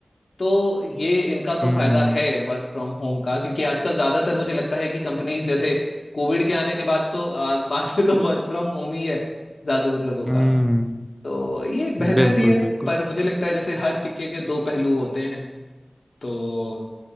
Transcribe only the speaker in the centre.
हम्म
हम्म
बिल्कुल
बिल्कुल